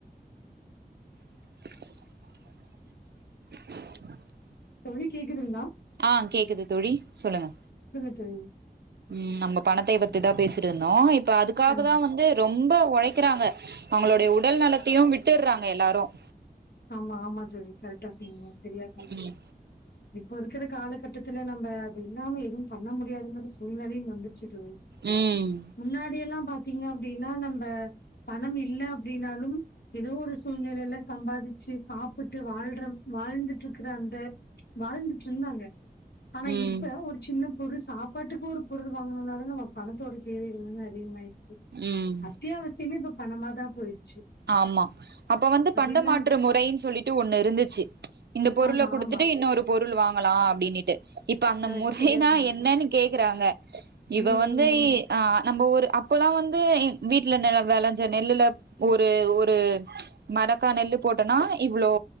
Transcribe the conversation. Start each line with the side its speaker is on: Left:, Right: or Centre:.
Right: <inaudible> <inaudible> <unintelligible>
Left: தோழி கேக்குதுங்களா
Right: ஆஹ் கேக்குது தோழி சொல்லுங்க
Left: உம்
Right: உம் நம்ம பணத்த பத்திதான் பேசிருந்தோம் இப்ப அதுக்காக
Left: கண்
Right: தான் வந்து ரொம்ப உழைக்கிறாங்க அவங்களுடைய உடல் நலத்தையும் விட்டுடுறாங்க எல்லாரும்
Left: ஆமா ஆமா ஜோழி கரெக்டா செய்யணும் சரியா செய்யணும்
Right: ம்
Left: இப்ப இருக்கிற காலகட்டத்துல நம்ப அது இல்லாம எதுவும் பண்ண முடியாதுங்கிற சூழ்நிலையும் வந்துருச்சு
Right: ம்
Left: முன்னாடி எல்லாம் பா்த்தீங்க அப்படின்னா நம்ம பணம் இல் அப்படனாலும் ஏதோ ஒரு சூழ்நிலையில சம்பாதி வ சாப்பிட்டு வாழ்ற வாழ்ந்துட்டு இருக்கற அந்த வாழ்ந்துட்டு இருந்தாங்க ஆனா
Right: ம்
Left: இப்ப ஒரு சின்ன பொருள் சாப்பாட்டுக்கு ஒரு புருதுவாங்கனதுனால நம்ம பணத்தோட தேவைகள் வந்து அதிகமாய
Right: ம்
Left: அத்தியாவசியமே ப பணமா தான் போயிிருும்
Right: ஆமா அப்ப வந்து பண்ட
Left: இல்லாம்
Right: மாற்று மு பைனு சொல்லிட்டு ஒன்னு இருந்துச்சு இந்த பொருளை
Left: ஆமா
Right: குடுத்துட்டு
Left: ஆமா
Right: இன்னொரு பொருள் பொருள் வாங்கலாம் அப்படினுட்டு இப்ப அந்த
Left: கரெக்ட்
Right: முறைனா
Left: சரியா சொன்னீங்க
Right: என்னன்னு கேக்குறாங்க இவ
Left: ம்
Right: வந்து ஆஹ் நம்மப ஊரு அப்போல்லாம் வந்து வீட்டுல நில விளஞ்ச நெல்லுல ஒரு ஒரு மரக்கா நெல்லு போட்டோனா இவ்ளோ